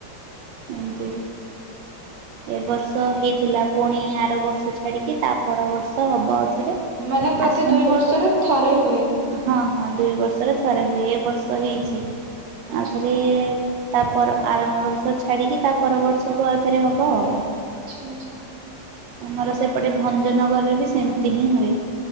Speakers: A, on the right; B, on the right.
A: ଏମତି। ଏ ବର୍ଷ ହେଇଥିଲା ପୁଣି ଆର ବର୍ଷ ଛାଡିକି ତା ପର ବର୍ଷ ହବ
B: ମାନେ ପ୍ରତି
A: ଆସନ୍ତୁ,
B: ଦୁଇ ବର୍ଷରେ ଥରେ ହୁଏ
A: ହ ହ ଦୁଇ ବର୍ଷରେ ଥରେ ହୁଏ ଏ ବର୍ଷ ହେଇଛି,
B: ଆଚ୍ଛା
A: ଆଉଥରେ ତା ପର ଆରମ୍ଭ ବର୍ଷ ଛାଡିକି ତା ପର ବର୍ଷକୁ ଆଉଥରେ ହବ ଆଉ।
B: ଆଚ୍ଛା ଆଚ୍ଛା।
A: ଆମର ସେପଟେ ଭଞ୍ଜନଗରରେ ବି ସେମିତି ହିଁ ହୁଏ,